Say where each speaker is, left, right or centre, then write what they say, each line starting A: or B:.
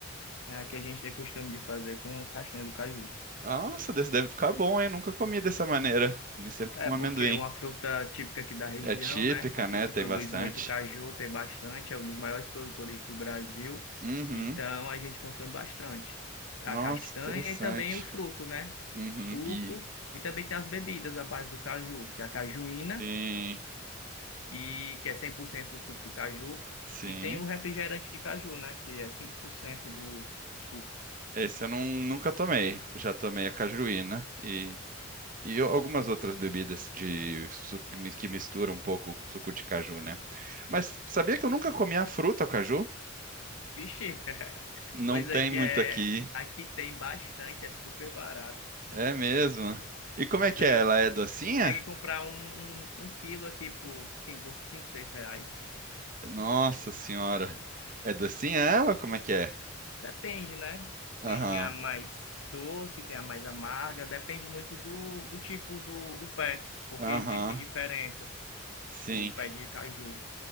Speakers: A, on the left; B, on the right.
A: É, aqui a gente tem costume de fazer com castanha do caju.
B: Nossa, desse deve ficar bom, hein? Nunca comi dessa maneira. Comi sempre
A: É
B: com
A: porque
B: amendoim.
A: é uma fruta típica aqui da região,
B: É típica,
A: né? Aqui
B: né?
A: se
B: Tem
A: produz
B: bastante.
A: muito caju, tem bastante, é um dos maiores produtores do Brasil,
B: Uhum.
A: então a gente consome bastante. A
B: Nossa,
A: castanha
B: interessante.
A: e também o fruto, né?
B: Uhum.
A: O suco,
B: E
A: e também tem as bebidas à base do caju, que é a cajuína.
B: sim,
A: e que é 100% do suco do caju,
B: sim.
A: e tem o refrigerante de caju, né, que é 5% do, do suco.
B: Esse eu não, nunca tomei. Já tomei a cajuína e, e algumas outras bebidas de suco que mis- misturam um pouco suco de caju, né? Mas sabia que eu nunca comi a fruta, o caju?
A: Vixe, <laughs>
B: Não
A: coisa
B: tem
A: que
B: muito
A: é
B: aqui.
A: aqui tem bastante, é super barato.
B: É mesmo. E como
A: Consegue
B: é que é? Ela é docinha?
A: consegue comprar um, um, um quilo aqui por 5, 5, 6 reais.
B: Nossa senhora. É docinha ela? Como é que é?
A: Depende, né?
B: Aham.
A: Tem a mais doce, tem a mais amarga, depende muito do, do tipo do, do pé, porque
B: Aham.
A: existem diferenças
B: Sim,
A: do pé de caju.